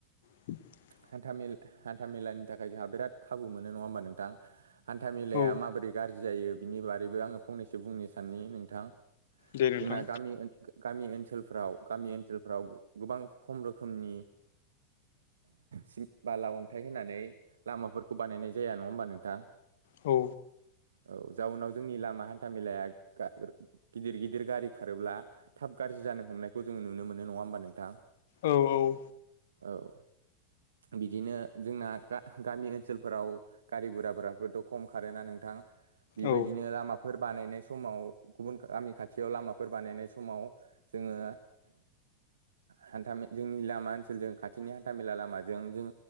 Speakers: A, on the left; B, on the right.
A: <unintelligible>
B: हान्था मेल हान्था मेलानि थाखाय जोंहा बिराद खाबु मोनो नंङा होमबा नोंथां? हान्था मेलाया
A: औ
B: माबोरै गा गाज्रि जायो बिनि बारैबो आंङो फंनैसो बुंनो साननि नोंथां
A: दे नोंथां
B: जोंना गामि ओ गामि ओनसोलफ्राव गामि ओनसोलफ्राव गोबां खम रोखोमनि सिम बाला अन्थाइ होनानै लामाफोरखौ बानायनाय जाया नंङा होमबा नोंथां?
A: औ
B: औ जाउनाव जोंनि लामा हान्था मेलाया गा-गोर गिदिर गिदिर गारि खारोब्ला थाब गाज्रि जानो हमनायखौ जोंङो नुनो मोनो नंङा होमबा नोंथा?
A: औ औ
B: औ बिदिनो जोंना गा-गामि ओनसोलफोराव गारि गुराफोरथ' खम खारोना नोंथां बेबायदिनो
A: औ
B: लामाफोर बानायनाय समाव गुबुन गामि खाथियाव लामाफोर बानायनाय समाव जोंङो हान्था जोंनि लामा ओनसोलजों खाथिनि हान्था मेला लामाजों जों